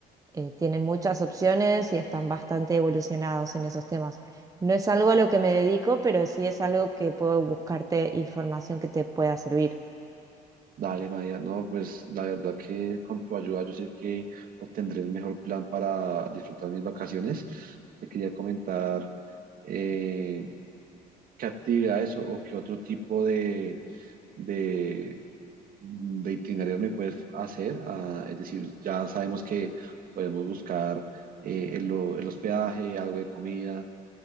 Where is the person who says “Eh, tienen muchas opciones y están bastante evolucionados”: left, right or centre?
Right